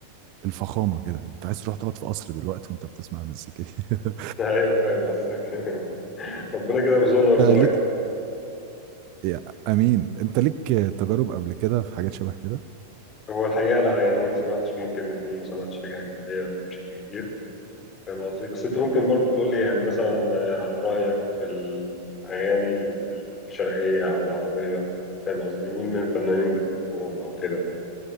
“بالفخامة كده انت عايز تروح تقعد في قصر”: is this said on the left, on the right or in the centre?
Right